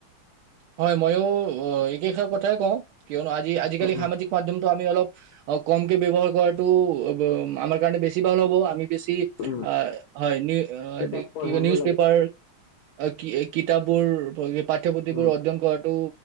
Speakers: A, on the right (about 80°); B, on the left (about 80°).
A: হয় ময়ো অ একেষাৰ কথাই কওঁ, কিয়নো আজি আজিকালি
B: উম
A: সামাজিক মাধ্যম ত' আমি অলপ ক'মকে ব্যবহাৰ কৰাটো অ ব আমাক কাৰণে বেছি ভাল হ'ব, আমি বেছি
B: উম
A: আ হয় নি
B: কিতাপ পঢ়াব
A: কি নিউজ
B: লাগে
A: পেপাৰ অ' কি কিতাপবোৰ পাঠ্য পুথিবোৰ
B: উম
A: অধ্যয়ন কৰাতটো